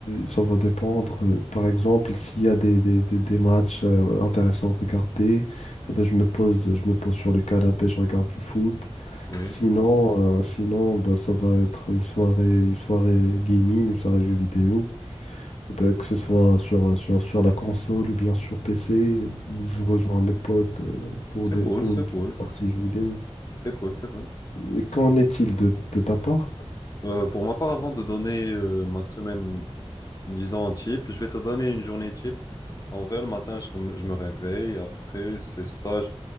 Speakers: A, on the left; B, on the left.
A: ça va dépendre. euh, par exemple, s'il y a des, des, des, des matchs euh, intéressants à regarder, euh, bah, je me pose, je me pose sur le canapé, je regarde du foot.
B: oui.
A: Sinon, euh, sinon bah, ça va être une soirée, une soirée gaming, une soirée jeux vidéo. Bah, que ce soit sur, euh, sur, sur la console ou bien sur PC, je rejoins mes potes euh, pour
B: C'est
A: des,
B: cool,
A: pour
B: c'est
A: une
B: cool,
A: partie jeux vidéo.
B: c'est cool, c'est cool.
A: Et Qu'en est-il de, de ta part?
B: Euh, pour ma part, avant de donner euh, ma semaine, disons, type, je vais te donner une journée type. En vrai, le matin, je, rem- je me réveille. Après, c'est stage.